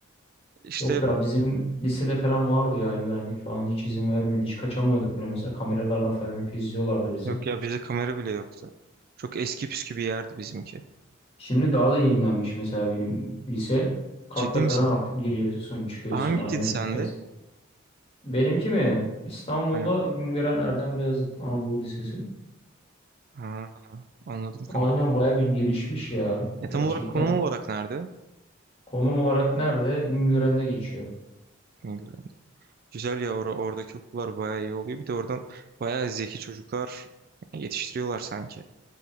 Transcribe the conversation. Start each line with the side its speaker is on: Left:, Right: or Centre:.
Right: İşte
Left: Yok ya bizim lisede falan vardı ya güvenlik falan hiç izin vermedi. Hiç kaçamıyorduk bile mesela kameralardan falan hep izliyorlardı bizi.
Right: yok ya bizde kamera bile yoktu. Çok eski püskü bir yerdi bizimki.
Left: Şimdi daha da yenilenmiş mesela benim lise. Kartla
Right: Ciddi
Left: falan
Right: misin?
Left: artık giriyorsun çıkıyorsun
Right: Hangisiydi
Left: aynen.
Right: sende?
Left: Es- benimki mi? İstanbul'da
Right: Hani
Left: Güngören Erdem Beyazıt Anadolu Lisesi.
Right: ha, anladım kanka.
Left: Aynen baya bir gelişmiş ya
Right: E
Left: gerçekten.
Right: tam olarak konum olarak nerede?
Left: Konum olarak nerede? Güngören'de geçiyor.
Right: Bilmiyorum. Güzel ya or- oradaki okullar baya iyi oluyor. Bir de oradan baya zeki çocuklar yetiştiriyorlar sanki.